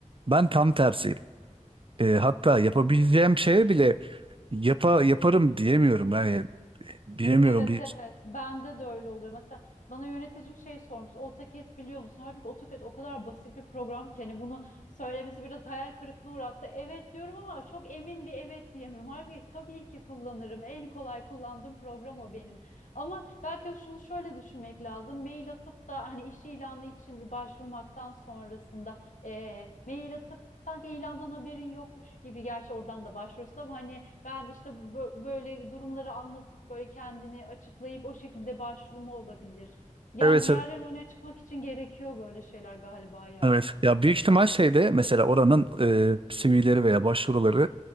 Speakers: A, on the right; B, on the left.
A: Ben tam tersiyim. E, hatta yapabileceğim şeye bile yapa, yaparım diyemiyorum. Yani e, bilemiyorum.
B: Evet
A: Bir,
B: evet bende de öyle oluyor. Mesela bana yöneticim şey sormuştu. AutoCAD biliyor musun? Halbuki AutoCAD o kadar basit bir program ki hani bunu söylemesi biraz hayal kırıklığına uğrattı. Evet diyorum ama çok emin bir evet diyemiyorum. Halbuki tabii ki kullanırım. En kolay kullandığım program o benim. Ama belki şunu şöyle düşünmek lazım. Mail atıp da hani iş ilanı için başvurmaktan sonrasında eee, mail atıp Sanki ilandan haberin yokmuş gibi gerçi oradan da başvurursun ama hani ben işte bu- bö- böyle durumları anlatıp böyle kendini açıklayıp o şekilde başvurumu olabilir. Yani
A: evet
B: diğerlerinin
A: evet.
B: öne çıkmak için gerekiyor böyle şeyler galiba ya.
A: Evet. Ya büyük ihtimal şeyde mesela oranın e, CV'leri veya başvuruları